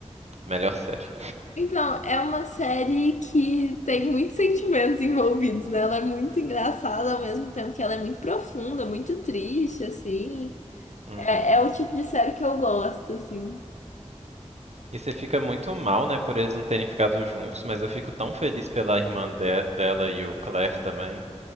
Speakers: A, on the right; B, on the left.
A: Melhor série.
B: Então, é uma série que tem muitos sentimentos envolvidos, né? Ela é muito engraçada ao mesmo tempo que ela é muito profunda, muito triste, assim.
A: Uhum.
B: É, é o tipo de série que eu gosto, assim.
A: E você fica muito mal, né, por eles não terem ficado juntos, mas eu fico tão feliz pela irmã de- dela e o Claire também.